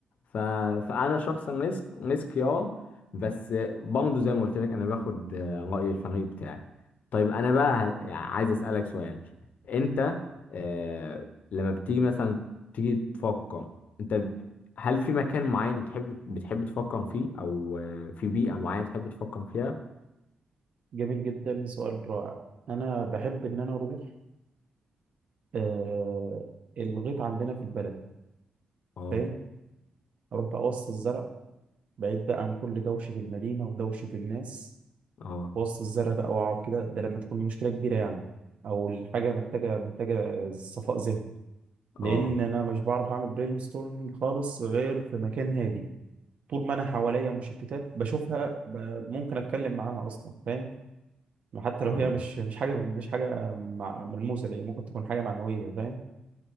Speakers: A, on the left; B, on the right.
A: ف... فانا شخصا ريسك ريسك اه بس برضه زي ما قلت لك انا باخد آه، رأي الفريق بتاعي طيب انا بقى ه- يعني عايز اسالك سؤال انت آه لما بتيجي مثلا تيجي تفكر انت هل في مكان معين تحب بتحب تفكر فيه او آه، في بيئه معينه تحب تفكر فيها
B: جميل جدا سؤال رائع انا بحب ان انا اروح آه الغيط عندنا في البلد
A: اه
B: فاهم اروح بقى وسط الزرع بعيد بقى عن كل دوشة المدينة ودوشة الناس
A: اه
B: وسط الزرع بقى واقعد كده ده لما تكون مشكلة كبيرة يعني او الحاجة محتاجة محتاجة صفاء ذهني لان
A: اه
B: انا مش بعرف اعمل برين ستورمنج خالص غير في مكان هادي طول ما انا حواليا مشتتات بشوفها ب- ممكن اتكلم معاها اصلا فاهم حتى لو هي
A: اه
B: مش مش حاجه مش حاجه مع- ملموسه دي ممكن تكون حاجه معنويه فاهم